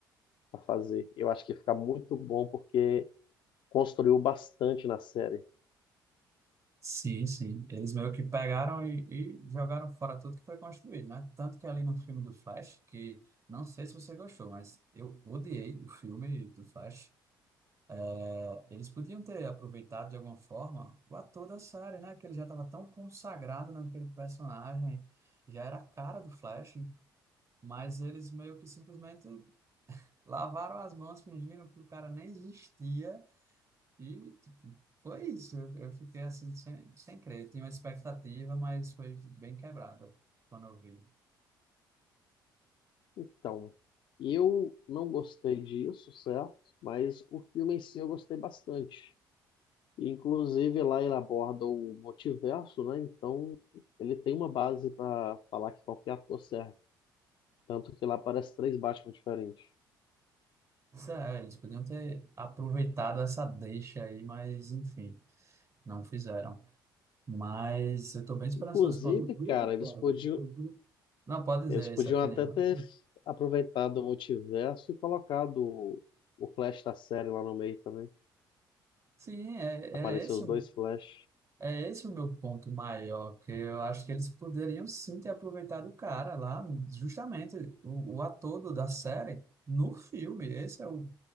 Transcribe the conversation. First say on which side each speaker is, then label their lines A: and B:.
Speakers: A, on the left; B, on the right.
A: a fazer. Eu acho que fica muito bom porque construiu bastante na série.
B: Sim, sim. Eles meio que pegaram e, e jogaram fora tudo que foi construído, né? Tanto que ali no filme do Flash, que não sei se você gostou, mas eu odiei o filme do Flash. É, eles podiam ter aproveitado de alguma forma o ator da série, né? Que ele já estava tão consagrado naquele personagem, já era a cara do Flash, mas eles meio que simplesmente lavaram as mãos fingindo que o cara nem existia e tipo, foi isso. Eu, eu fiquei assim, sem, sem crer. Eu tinha uma expectativa, mas foi bem quebrada quando eu vi.
A: Então, eu não gostei disso, certo? Mas o filme em si eu gostei bastante. Inclusive, lá ele aborda o multiverso, né? Então, ele tem uma base para falar que qualquer ator serve. Tanto que lá aparece três Batman diferentes.
B: Isso é, eles podiam ter aproveitado essa deixa aí, mas enfim, não fizeram. Mas eu tô bem esperançoso.
A: Inclusive,
B: com-
A: cara, eles podiam,
B: Não, pode dizer
A: eles podiam
B: essa opinião.
A: até ter aproveitado o multiverso e colocado o o Flash da série lá no meio também.
B: Sim, é,
A: Apareceu
B: é esse.
A: os dois Flash.
B: É esse o meu ponto maior, que eu acho que eles poderiam sim ter aproveitado o cara lá, justamente o, o ator do- da série, no filme. Esse é o,